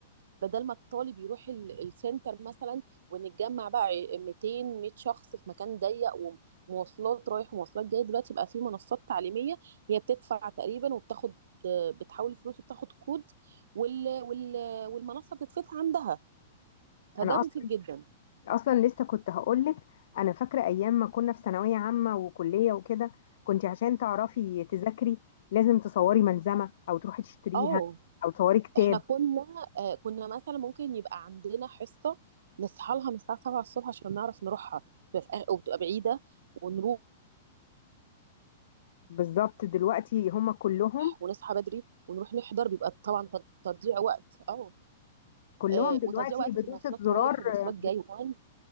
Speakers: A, on the right (about 75°); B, on the left (about 55°).
A: بدل ما الطالب يروح ال- السنتر مثلا ونتجمع بقى ع- 200 100 شخص في مكان ضيق ومواصلات رايح ومواصلات جاية دلوقتي بقى في منصات تعليمية هي بتدفع تقريبا وبتاخد بتحول الفلوس وبتاخد كود وال... وال... والمنصة بتتفتح عندها فده
B: أنا
A: مفيد
B: أصلا
A: جدا
B: اصلا لسه كنت هقولك انا فاكره ايام ما كنا في ثانويه عامه وكليه وكده كنت عشان تعرفي تذاكري لازم تصوري ملزمه او تروحي تشتريها
A: اه
B: او تصوري كتاب
A: احنا كنا آه كنا مثلا ممكن يبقى عندنا حصة نصحى لها من الساعة 7 الصبح عشان نعرف نروحها بتبقى في آخر- وبتبقى بعيدة ونروح
B: بالظبط دلوقتي هم كلهم
A: ونصحى بدري ونروح نحضر بيبقى طبعا تض- تضييع وقت اه
B: كلهم
A: آه،
B: دلوقتي
A: وتضييع وقت
B: بدوسه
A: في المواصلات
B: زرار
A: رايح ومواصلات
B: آه،
A: جاي
B: ب...
A: وكمان